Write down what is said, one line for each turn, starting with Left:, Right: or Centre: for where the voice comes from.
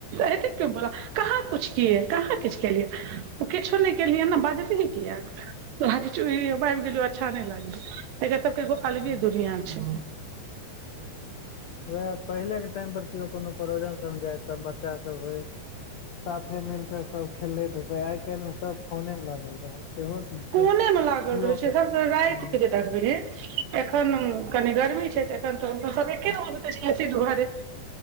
Right: एत क्यूबोला कहाँ कुछ कए कहाँ किछ केलिय ओ किछो नहि केलिय ने बाजै किया त आबि गेलिय अच्छा नहि लागल एक त केो अलवी
Left: ह
Right: दुनिया छै
Left: उएह पहिले के टाइम पर किओ कोनो प्रोजन सब में जाय सब बच्चा सब होय साथे मिल के सब खेले धूपे आई काल्हि में सब फोने में लागल रहल छै सेहो न
Right: कोने में लागल
Left: केओ
Right: रहैत छै
Left: ह
Right: सब सँ राति
Left: हँ
Right: के जे देखबैहिन एखन कनी गर्मी छै तऽ एखन तऽ सब एके घरे